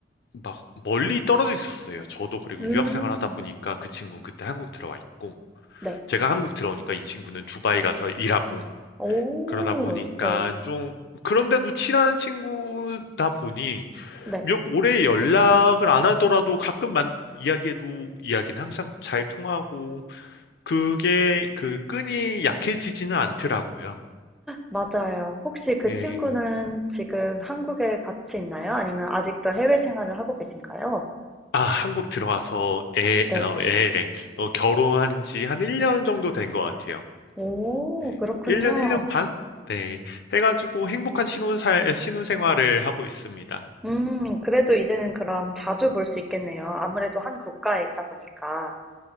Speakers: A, on the left; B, in the centre.
A: 막 멀리 떨어져 있었어요. 저도 그리고
B: 음.
A: 유학 생활하다 보니까 그 친구는 그때 한국 들어와 있고
B: 네.
A: 제가 한국 들어오니까 이 친구는 두바이 가서 일하고
B: 오.
A: 그러다 보니까
B: 네.
A: 좀 그런데도 친한 친구다 보니
B: 네.
A: 몇 오래 연락을 안 하더라도 가끔 만 이야기해도 이야기는 항상 잘 통하고 그게 그 끈이 약해지지는 않더라고요.
B: 맞아요. 혹시 그
A: 예.
B: 친구는 지금 한국에 같이 있나요? 아니면 아직도 해외 생활을 하고 계신가요?
A: 아, 한국 들어와서 애,
B: 네.
A: 어, 애래. 어, 결혼한 지 한 1년 정도 된 것 같아요.
B: 오,
A: 네.
B: 그렇군요.
A: 1년, 1년 반? 네. 해가지고 행복한 신혼살, 신혼생활을 하고 있습니다.
B: 음, 그래도 이제는 그럼 자주 볼 수 있겠네요. 아무래도 한 국가에 있다 보니까.